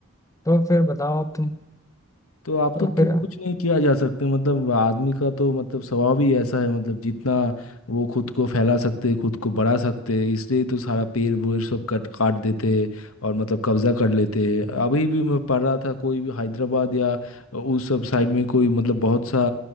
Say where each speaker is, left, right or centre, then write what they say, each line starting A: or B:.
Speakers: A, on the left (about 15°); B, on the left (about 85°).
A: तो फिर बताओ अब तुम
B: तो आप
A: तो
B: तो क्यों
A: फिर
B: कुछ नहीं किया जा सकते मतलब आदमी का तो मतलब स्वभाव ही ऐसा है मतलब जितना वो खुद को फैला सकते खुद को बढ़ा सकते इसलिए तो सारा पेड़ वेड़ सब कट काट देते और मतलब कब्जा कर लेते अभी भी मैं पढ़ रहा था कोई भी हैदराबाद या उस सब साइड में कोई मतलब बहुत सा